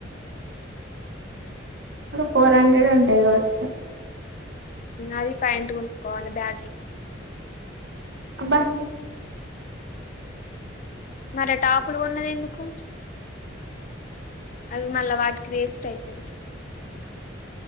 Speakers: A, on the right; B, on the left.
A: అడు ఫోర్ హండ్రెడ్ ఉంటాయి కావచ్చు
B: అది పైంట్ కొనుకోవాలి బ్యాగి
A: అబ్బ
B: మరె టాపులు గొన్నది ఎందుకు అవి మళ్ళ వాటికి వేస్ట్ అయితది